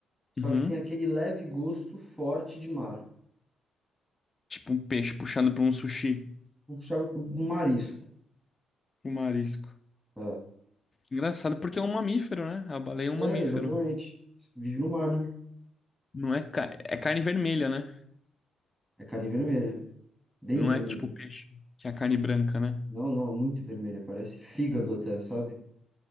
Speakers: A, in the centre; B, on the left (about 30°).
A: Só
B: Uhum.
A: que tem aquele leve gosto forte de mar.
B: Tipo um peixe puxando pra um sushi,
A: Puxava pro pro marisco.
B: um marisco.
A: É,
B: Engraçado porque é um mamífero, né? A baleia é
A: é
B: um mamífero.
A: exatamente. Vive no mar, né?
B: Não é, ca- é carne vermelha, né?
A: É carne vermelha. Bem
B: Não
A: vermelha.
B: é tipo peixe, que é a carne branca, né?
A: Não, não, é muito vermelha. Parece fígado até, sabe?